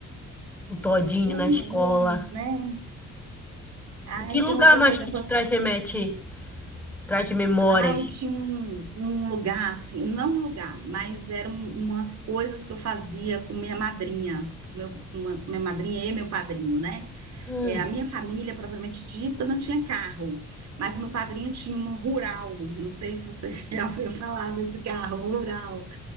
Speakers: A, in the centre; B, on the right.
A: o todinho
B: Reuniões,
A: na escola.
B: né? Aí
A: E que lugar
B: tem outra
A: mais
B: coisa.
A: que te
B: com as-
A: traz remete, traz memórias?
B: Ai, tinha um, um lugar, assim, não um lugar, mas eram umas coisas que eu fazia com minha madrinha, meu, com uma- minha madrinha e meu padrinho, né?
A: Ai,
B: É, a minha família, propriamente dita, não tinha carro, mas o meu padrinho tinha um rural. Não sei se você <laughs> já ouviu falar desse carro, rural.